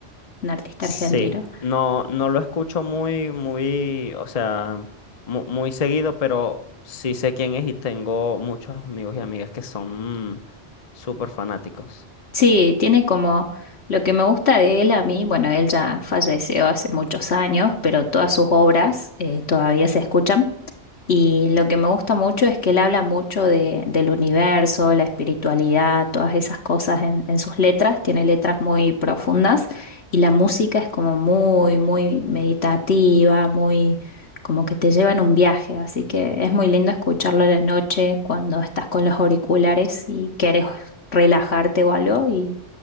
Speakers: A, on the left; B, on the left.
A: un artista
B: Sí,
A: argentino.
B: no, no lo escucho muy, muy, o sea, mu- muy, seguido, pero sí sé quién es y tengo muchos amigos y amigas que son mm, súper fanáticos.
A: Sí, tiene como lo que me gusta de él a mí, bueno, él ya falleció hace muchos años, pero todas sus obras eh, todavía se escuchan. Y lo que me gusta mucho es que él habla mucho de, del universo, la espiritualidad, todas esas cosas en, en sus letras. Tiene letras muy profundas y la música es como muy, muy meditativa, muy como que te lleva en un viaje. Así que es muy lindo escucharlo en la noche cuando estás con los auriculares y quieres relajarte o algo. Y